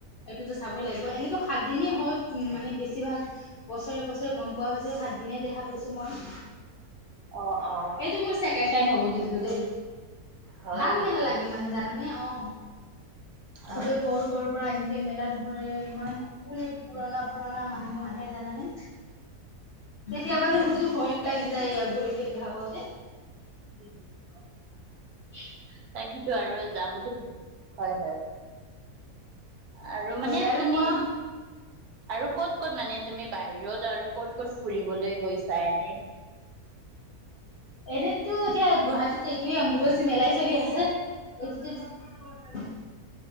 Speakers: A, on the left; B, on the right.
A: এইটোতো চাব লাগিব, এনেতো সাত দিনেই হয়। ইমানে বেছিভাগ বছৰে বছৰে গম পোৱা হৈছে সাত দিনে দেখা পাইছোঁ মই।
B: অ', অ'।
A: এইটো মোৰ ছেকেণ্ড টাইম হ'ব কিন্তু দেই,
B: হয়
A: ভাল
B: নেকি
A: মেলা লাগে মানে জানা এ অ' চবে
B: অ
A: কৰ কৰ পৰা আহিকে মেলাত ঘূৰে ইমান। কোনে পুৰণা পুৰণা মানুহ আহে জানানে? কেতিয়াবা দে <unintelligible> লাগি যায় আৰু ঘূৰি <unintelligible> দেখা পাও।
B: <unintelligible>
A: <inaudible>
B: তাকেটো আৰু যাম বুলি ভাবো, হয় হয়। আৰু
A: বোলে
B: মানে
A: আৰু
B: তুমি
A: কোৱা
B: আৰু ক'ত ক'ত মানে তুমি বাহিৰত আৰু ক'ত ক'ত ফুৰিবলৈ গৈছা এনে?
A: এনেতো এতিয়া গুৱাহাটীত এইটোৱে অম্বুবাচী মেলাই চলি আছে। <unintelligible>